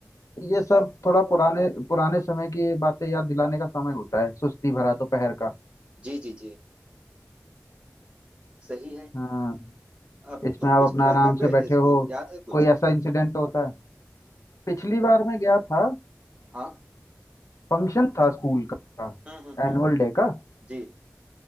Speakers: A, on the left; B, on the right.
A: ये सब थोड़ा पुराने पुराने समय की बातें याद दिलाने का समय होता है सुस्ती भरा दोपहर का
B: जी जी जी सही है
A: हाँ
B: अब
A: इसमें
B: तुम
A: आप
B: पिछली
A: अपना
B: बार
A: आराम
B: कब
A: से
B: गए
A: बैठे
B: थे स्कूल
A: हो
B: याद है कुछ
A: कोई ऐसा इंसिडेंट होता है पिछली बार मैं गया था
B: हाँ
A: फंक्शन था स्कूल का
B: हम्म हम्म
A: एनुअल
B: हम्म
A: डे का
B: जी